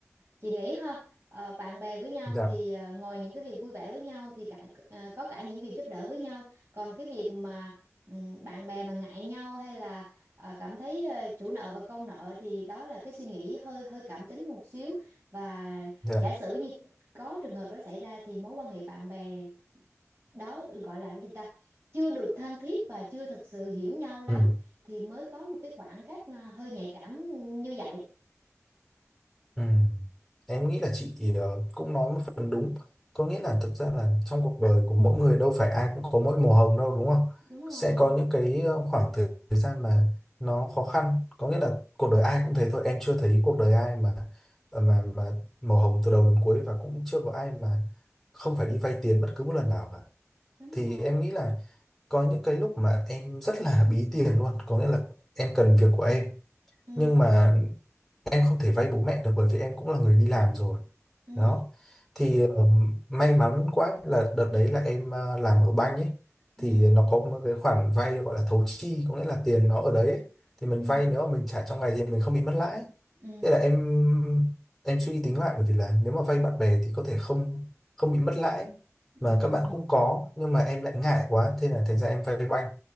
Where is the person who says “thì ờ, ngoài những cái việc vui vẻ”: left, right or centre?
Right